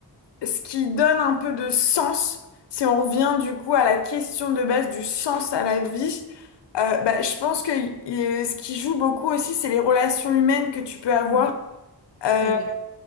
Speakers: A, on the left; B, on the right.
A: ce qui donne un peu de sens, si on revient du coup à la question de base du sens à la vie, euh, bah, je pense que y- ce qui joue beaucoup aussi, c'est les relations humaines que tu peux avoir
B: mm,
A: euh,
B: Tout à fait.